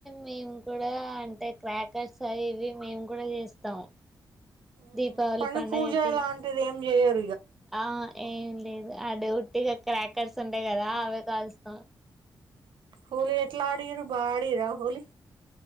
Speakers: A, in the centre; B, on the right.
A: మేము కూడా అంటే క్రాకర్స్ అవి ఇవి మేము కూడా చేస్తాం
B: ఉమ్
A: దీపావళి
B: కనీ
A: పండగకి
B: పూజ లాంటిది ఏం జేయర్
A: ఆ ఏం లేదు అడి ఉట్టిగా క్రాకర్స్ ఉంటాయి కదా అవి కాలుస్తాం
B: హోలీ ఎట్లా ఆడిరు బా ఆడిరా హోలీ